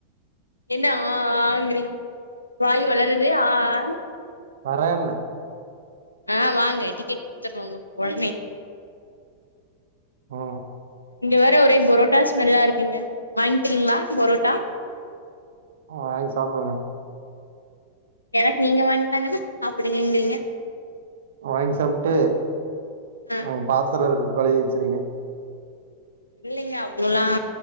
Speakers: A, on the left (about 80°); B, on the right (about 60°).
A: என்ன ஆ ஆங்கிறீங்க வாய் ஒளருது ஆஆனு
B: வரன்ன
A: ஆ வாங்க டிக்கெட் குடுத்துட்றோ உங்களுக்கு ஒடனே
B: ஆ
A: இங்க வேற ஒரே பொரோட்டா ஸ்மெல்லா இருக்குங்க வாங்கிட்டுக்கீங்களா பொரோட்டா
B: வாங்கி சாப்பிடுங்க
A: எனக்கு நீங்க வாங்கிதாங்கன்னா சாப்டுங்கங்கிறீங்க
B: வாங்கி சாப்ட்டு
A: ஆ
B: அங்க பாத்தரம் இருக்கு கழுவி வச்சுருங்க
A: இல்லைங்க அவ்ளோல்லா